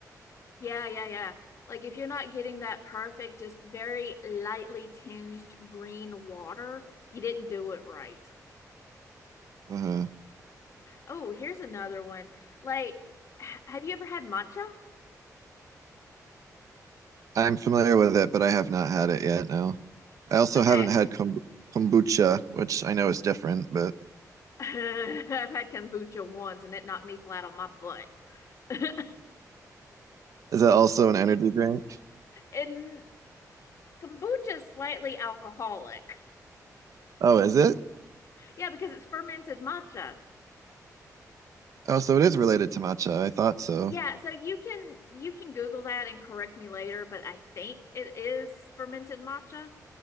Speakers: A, on the left; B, on the right.
A: Yeah, yeah, yeah. Like if you're not getting that perfect, just very lightly tinged green water, you didn't do it right.
B: Uh-huh.
A: Oh, here's another one. Like, h- have you ever had matcha?
B: I'm familiar with it, but I have not had it yet. No. I also
A: Okay,
B: haven't had kombu kombucha, which I know is different, but
A: <laughs> I've had kombucha once and it knocked me flat on my butt. <laughs>
B: is that also an energy drink?
A: And kombucha is slightly alcoholic.
B: Oh, is it?
A: Yeah, because it's fermented matcha.
B: Oh, so it is related to matcha. I thought so.
A: Yeah, so you can you can Google that and correct me later, but I think it is fermented matcha.